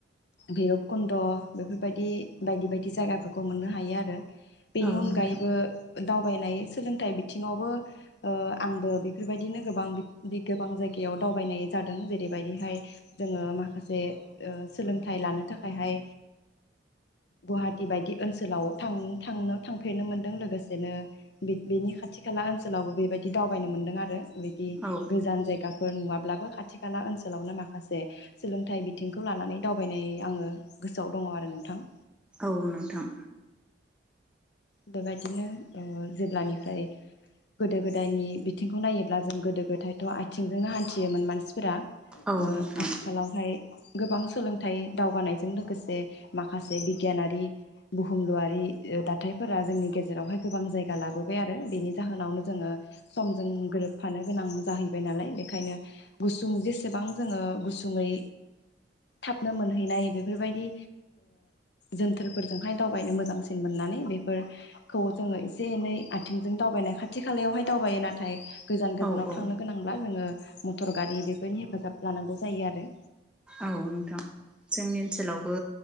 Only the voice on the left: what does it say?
भैरबकुन्द बेफोरबायदि बायदि बायदि जायगाफोरखौ मोननो हायो आरो बेनि
अनगायैबो
दावबायनाय सोलों फाइ बिथिङावबो ओ आंबो बेफोरबायदिनो गोबां बे गोबां जायगायाव दावबायनाय जादों जेरैबायदिहाय जोङो माखासे ओ सोलोंथाइ लानो थाखायहाय गुवाहाटि बायदि ओनसोलाव‌ थांनो थांफेरनो मोनदों लोगोसेनो बेनि खाथि खाला ओनसोलावबो बेबायदि दावबायनो मोन्दों आरो बिदि
गोजान जायगा फोर नुवाब्लाबो खाथि खाला ओनसोलावनो माखासे सोलोंथाइ बिथिंखौ लानानै दावबायनाय आङो गोसोआव दङ आरो नोंथां
बेबायदिनो ओ जेब्लानिफ्राय गोदो गोदायनि बिथिंखौ नायोब्ला जों गोदो गोदायथ' आथिंजोंनो हान्थियोमोन मानसि फोरा
ओ
आथिखालावहाय गोबां सोलोंथाइ दावगानायजों लोगोसे माखासे बिगियानारि बुहुमलुआरि हााथाइफोरा जोंनि गेजेरावहाय गोबां जायगा लाबोबाय आरो बेनि जाहोनावनो जोङो समजों गोरोबफानो गोनां जाहैबाय नालाय बेनिखायनो गुसुं जेसेबां जोङो गुसुङै थाबनो मोनहैनाय बेफोरबायदि जोनथोरफोरजोंहाय दावबायनो मोजांसिन मोननानै बे फोरखौ जोङो एसे एनै आथिंजों दावबायनाय खाथि खालायावहाय दावबायो नाथाय गोजान गोजानाव
थांनो गोनांब्ला जोङो मटर गारि बेफोरनि हेफाजाब लानांगौ जायो आरो